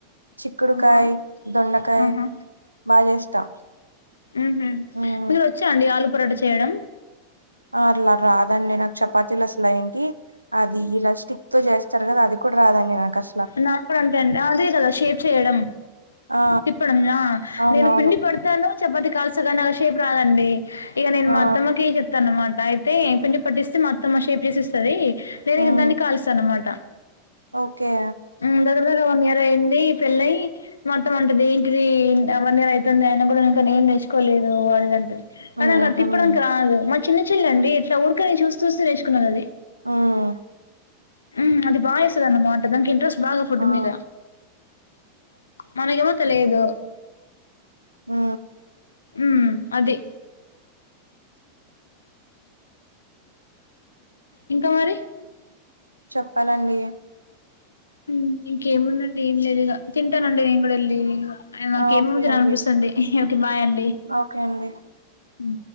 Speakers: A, on the right (about 80°); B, on the left (about 75°).
A: చిక్కుడుకాయి
B: ఆహా
A: దొండకాయి
B: ఆహా
A: బాగా చేస్తా
B: ఉహు
A: ఉమ్
B: మీకు వచ్చాండి ఆలు పరోట చేయడం
A: అ అలా రాదండి నాకు చపాతీలు అసలు ఏంటి అది ఇలా స్టిక్తో చేస్తారు కదా అది కూడా రాదండి నాకు అసల్
B: నా కూడా అంటే అంటడి అదే కదా షేప్ చేయడం
A: ఆ
B: తిప్పడం ఆ
A: అవునవును
B: నేను పిండి పడ్ తను చపాతి కాల్సగా నాషేపు రాదండి ఇగ నేను
A: ఆ
B: మా అత్తమ్మకి ఇగ తన్ అనమాట అయితే పిండి పట్టిస్తే మా అత్తమ్మ షేప్ చేసి ఇస్తుంది నేను
A: హ్మ్
B: దాన్ని కాల్స్తా అనమాట
A: ఓకే
B: ఉ దగ్గర దగ్గర వన్ ఇయర్ అయింది పెళ్ళయి మా అత్తమ్మ అంటది ఇది వన్ ఇయర్ అవుతుంది ఆయన కూడా ఇంక నువ్వు ఏం నేర్చుకోలేదు అది ఇది అంటుంది
A: హ్మ్
B: అది
A: హ్మ్
B: తిప్పడానికి రాదు మా చిన్న చెల్ల అండి ఇట్లా ఊకనే చూస్త చూస్త నేర్చుకున్నది అది
A: ఉమ్
B: ఉ అది బాగా చేస్తది అన్నమాట దానికి ఇంట్రెస్ట్ బాగా ఫుడ్
A: ఆ
B: మీద మనకేమో తెలియదు
A: ఉ
B: ఉ అది ఇంకా మరి
A: చెప్పాలండి
B: ఉ ఇంకేముందండి ఏంలేదు ఇగ తింటానండి నేను కూడా వెళ్ళి ఇగ నాకెమో
A: ఆ ఓకే
B: తినాలనిపిస్తుంది
A: అండి
B: ఓకే బాయ్ అండి
A: ఓకే అండి
B: ఉ